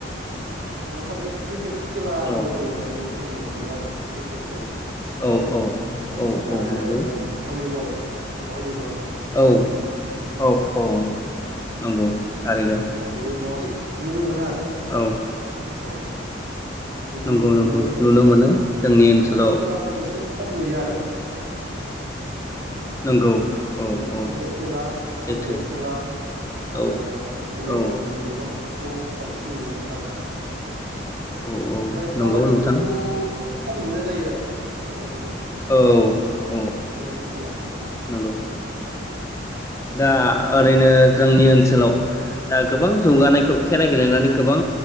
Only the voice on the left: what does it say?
औ
औ औ
औ औ नंगौ
औ औ औ नंगौ थारैनो
औ
नंगौ
नंगौ नुनो मोनो जोंनि ओनसोलाव
नंगौ
औ औ
सैथो
औ
औ
औ औ
नंगौ
नोंथां
औ औ
नंगौ दा ओरैनो जोंनि ओनसोलाव दा गोबां जौगानायखौ खेला गेलेनानै गोबां